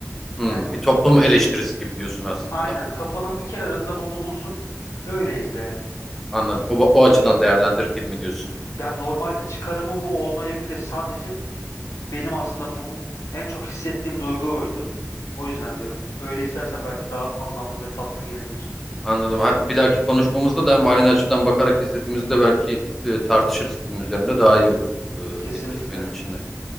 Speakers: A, in the centre; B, on the left.
A: Hmm,
B: Yani
A: bir toplum eleştirisi gibi diyorsun aslında.
B: aynen kafanın bir kenarında bu bulunsun. Öyle izle yani.
A: Anladım. O, o açıdan
B: No-
A: değerlendir filmi diyorsun.
B: Yani normalde çıkarımı bu olmayabilir. Sadece benim aslında bu en çok hissettiğim duygu oydu. O yüzden diyorum. Öyle izlersen belki daha anlamlı ve tatlı gelebilir.
A: Anladım. Ha, Bir dahaki konuşmamızda da hem aynı açıdan bakarak izlediğimizde belki e, tartışırız film üzerinde daha iyi olur e,
B: Kesinlikle.
A: etkisi benim için de.